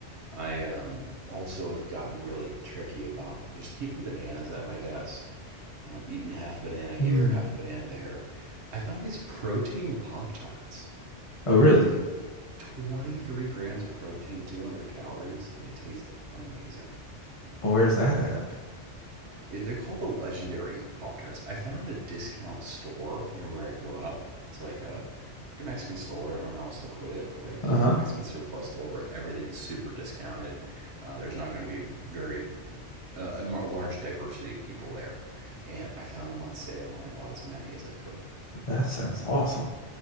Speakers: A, on the right (about 70°); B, on the left (about 30°).
A: I um, also have gotten really tricky about just keeping bananas at my desk. Um, eating half banana here,
B: Hmm.
A: half banana there. I found these protein pop tarts.
B: Oh, really?
A: 23 grams of protein, 200 calories, and they taste amazing.
B: Where's that
A: Yeah.
B: at?
A: They're called the legendary Pop Tarts. I found a discount store near where I grew up. It's like a, like a Mexican store. I don't know how else to put it, but like
B: Uh-huh.
A: a Mexican surplus store where everything is super discounted. Uh, there's not going to be very uh, a large diversity of people there. And I found them on sale and I bought as many as I could. <laughs>
B: That sounds awesome.